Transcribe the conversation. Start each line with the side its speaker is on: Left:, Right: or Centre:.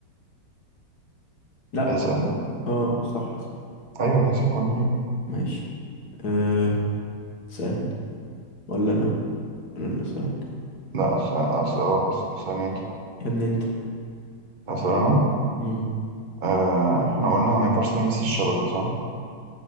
Left: لا
Right: اسأل
Left: اه صح صح
Right: أيوه هتحسب بوينت ليا
Left: ماشي أه. سن ولا انا انا اللي اسألك
Right: لا أس أس أه أس- اسأل أنت
Left: يا ابني انت
Right: أسأل أنا
Left: مم.
Right: آه، إحنا قلنا ما ينفعش تلمس الشبكة صح؟